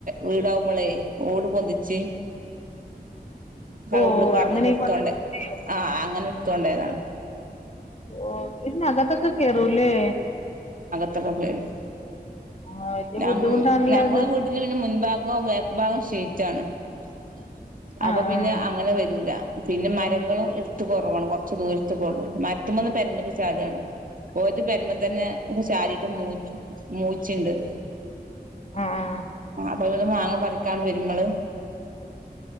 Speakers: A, on the right (about 55°); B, on the left (about 40°).
A: വീടാവുമ്പോളെ ഓട് പൊന്തിച്ച്
B: ഓ
A: ഉള്ളിൽ കട്ന്നിട്ട്
B: അങ്ങനെയൊക്കെ
A: എടുത്തോണ്ട് ആഹ് അങ്ങനെ തോണ്ടേതാണ്
B: ഓ ഇന്നകത്തൊക്കെ കേറൂല്ലേ
A: അത്രക്ക പേരും
B: ആ വലിയ
A: ഞങ്ങ്
B: ബുദ്ധിമുട്ടാണല്ലേ
A: ഞങ്ങളെ
B: അത്
A: വീട്ടിൽ പിന്നെ മുൻഭാഗവും വേക്ക്ഭാഗം ശ <unintelligible> അപ്പൊ
B: ആഹ് ആഹ്
A: പിന്നെ അങ്ങനെ വരൂല പിന്നെ മരങ്ങളും ഇട് കുറവാണ് കുറച്ച് ദൂരത്ത്ക്കൊള്ളൂ മര്ത്ത്മന്ന് പെരമ്മക്ക് ചാട്ആണ് ഓര്ത് പെരുമത് ന്നെ ഒരു ചാരിട്ട് മൂച്ചിണ്ട്
B: ആഹ്
A: <unintelligible> മാങ്ങ പറിക്കാൻ വരുമ്പള്